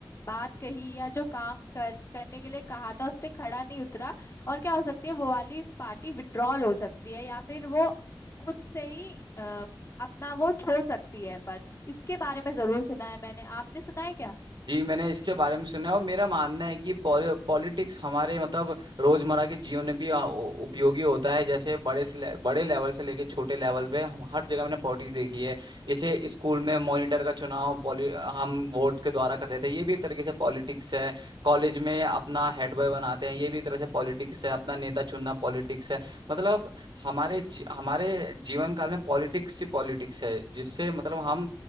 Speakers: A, on the left (about 40°); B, on the right (about 85°).
A: बात कही या जो काम कर करने के लिए कहा था उस पे खड़ा नहीं उतरा और क्या हो सकती है वो वाली पार्टी विड्रॉल हो सकती है या फिर वो खुद से ही अ, अपना वो छोड़ सकती है पद इसके बारे में जरूर सुना है मैंने आपने सुना है क्या
B: जी मैंने इसके बारे में सुना है और मेरा मानना है कि पॉलि, पॉलिटिक्स हमारे मतलब रोजमर्रा के जीवन में भी आ, उ- उपयोगी होता है जैसे बड़े से ले, बड़े लेवल से लेके छोटे लेवल पे हम हर जगह मैंने पॉलिटिक्स देखी है जैसे स्कूल में मॉनिटर का चुनाव पॉलि हम वोट के द्वारा करते थे ये भी एक तरीके से पॉलिटिक्स है कॉलेज में अपना हेड बॉय बनाते हैं ये भी एक तरह से पॉलिटिक्स है अपना नेता चुनना पॉलिटिक्स है मतलब हमारे जी, हमारे जीवन काल में पॉलिटिक्स ही पॉलिटिक्स है जिससे मतलब हम